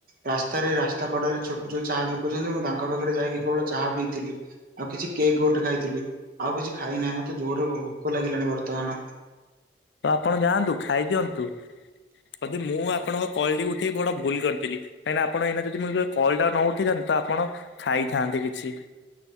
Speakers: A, on the right; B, on the left.
A: ରାସ୍ତାରେ ରାସ୍ତା କଡରେ ଛୋ ଯୋଉ ଚାହା ବିକୁଉଛନ୍ତି ମୁଁ ତାଙ୍କ ପାଖରେ ଯାଇକି କେବଳ ଚାହା ପିଇଥିଲି। ଆଉ କିଛି କେକ୍ ଗୋଟେ ଖାଇଥିଲି ଆଉ କିଛି ଖାଇନାହିଁ ମତେ ଜୋର ଭୋକ ଲାଗିଲାଣି ବର୍ତ୍ତମାନ।
B: ତ ଆପଣ ଯାଆନ୍ତୁ ଖାଇଦିଅନ୍ତୁ ଯଦି ମୁଁ ଆପଣଙ୍କ କଲ୍ ଟିକୁ ଉଠେଇ ବଡ଼ ଭୁଲ୍ କରିଦେଲି। କାହିଁକି ଆପଣ ଏଇନା ଯଦି ମୁଁ କଲଟା ନ ଉଠିଥାନ୍ତେ ତ ଆପଣ ଖାଇଥାନ୍ତେ କିଛି।